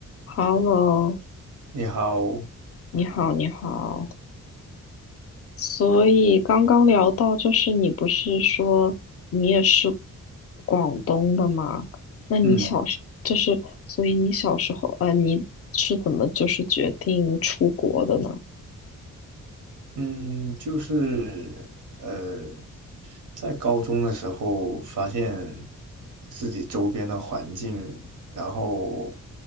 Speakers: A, on the left; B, on the right.
A: Hello，
B: 你好，
A: 你好，你好。所以刚刚聊到，就是你不是说你也是广东的吗？那你小时就是，
B: 嗯
A: 所以你小时候，呃，你是怎么就是决定出国的呢？
B: 嗯，就是呃，在高中的时候，发现自己周边的环境，然后